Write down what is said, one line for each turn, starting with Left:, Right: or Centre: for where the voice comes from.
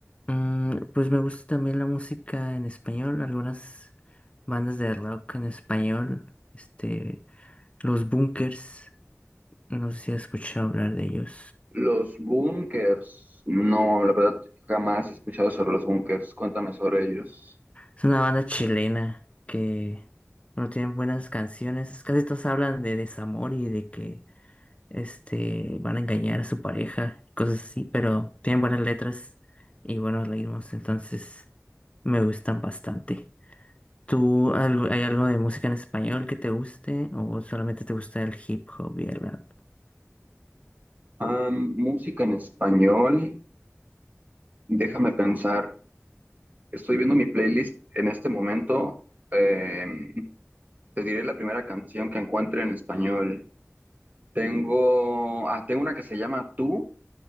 Left: Mm, pues me gusta también la música en español, algunas bandas de rock en español, este, Los Bunkers, no sé si has escuchado hablar de ellos.
Right: Los Bunkers. No, la verdad jamás he escuchado sobre los Bunkers. Cuéntame sobre ellos.
Left: Es una banda chilena que, bueno, tienen buenas canciones, casi todos hablan de desamor y de que, este, van a engañar a su pareja, y cosas así, pero tienen buenas letras y buenos ritmos, entonces me gustan bastante. ¿Tú algo, hay algo de música en español que te guste o solamente te gusta el hip hop y el rap?
Right: Am, música en español. Déjame pensar, estoy viendo mi playlist en este momento. eh, te diré la primera canción que encuentre en español. Tengo, ah, tengo una que se llama Tú,